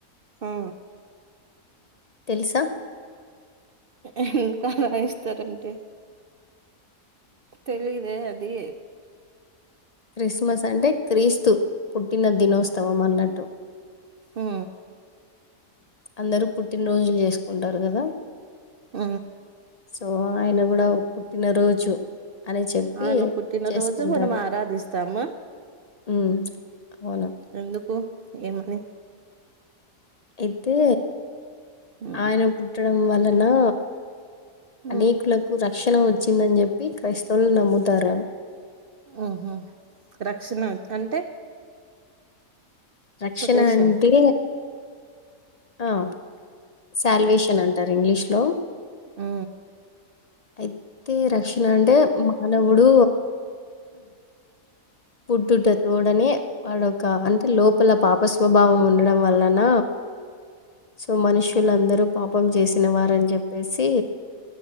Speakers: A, on the right; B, on the left.
A: ఆ
B: తెలుసా
A: ఎందుకు ఆలాయిస్తారంటే తెలిదే అది
B: క్రిస్మస్ అంటే క్రీస్తు పుట్టిన దినోత్సవం అన్నట్టు
A: ఉ
B: అందరూ పుట్టినరోజులు జేసుకుంటారు కదా
A: ఆ
B: సో ఆయన కూడా పుట్టినరోజు అని చెప్పి
A: ఆయన పుట్టినరోజు
B: చేసుకుంటారు
A: మనం ఆరాధిస్తామా
B: ఉమ్ అవును
A: ఎందుకు ఏ మని
B: అయితే
A: ఉమ్
B: ఆయన పుట్టడం వల్ల అలా అనేకులకు
A: ఉమ్
B: రక్షణ వచ్చిందని జెప్పి క్రైస్తవులు నమ్ముతారా
A: ఓహో రక్షణ అంటే
B: రక్షణ
A: ప్రొటెక్షన్
B: అంటే ఆ శల్వేషన్ అంటారు ఇంగ్లీష్ లో హలో
A: ఉ
B: అయితే ర క్షిన అంటే మానవుడు పుట్టుట ఉడనే వాడొ ఒక అంటే లో లోపల పాప స్వభావం ఉండడం వలన సో మనుషులుందరూ పాపం చేసినవారని చెప్పేసి